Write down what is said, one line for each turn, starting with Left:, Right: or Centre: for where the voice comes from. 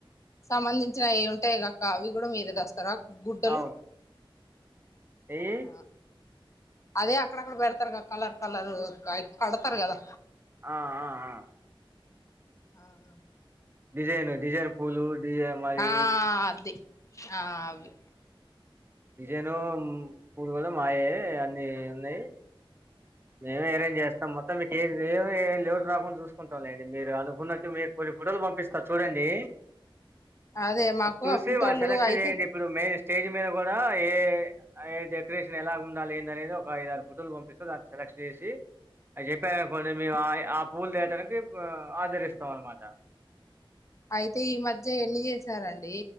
Left: సంబంధించిన ఏ. ఉంటాయి గాక్క అవి కూడా మీరే దెస్తారా గుడ్డలు.
Right: అవును ఏయి
Left: ఆ అదే అక్కడక్కడ పెడతార్గా కలర్ కలర్ ఆయి కడతారు కదా.
Right: ఆ ఆ ఆ
Left: ఆ ఆ
Right: డిజైన్, డిజైన్ పూలు డిజై మరి
Left: ఆ అది ఆ అవి.
Right: డిజైను, పూలు కూడా మాయే అన్ని ఉన్నాయి. మేమే అరేంజ్ చేస్తాం మొత్తం మీకు ఏ ఏ <unintelligible> లే రాకుండా చూసుకుంటాంలేండి. మీరు అనుకున్నట్టు మీకు కొన్ని ఫుటోలు పంపిస్తా చూడండి.
Left: అదే మాకు
Right: అది చూసి
Left: ఆ ఫోటోలు
Right: మా సెలక్ష
Left: అయితే
Right: చేయండి ఇప్పుడు మెయిన్. స్టేజ్ మీద కూడా ఏ, ఏ డెకరేషన్ ఎలాగుండాలి ఏందనేది ఒక ఐదు, ఆరు ఫోటోలు పంపిస్తా దాని. సెలెక్ట్ చేసి అది చెప్పార అనుకోండి. మేము ఆయ ఆ పూలు తేటానికి ఆడరిస్తాం అనమాట.
Left: అయితే ఈ మధ్య ఎన్ని చేసారండి?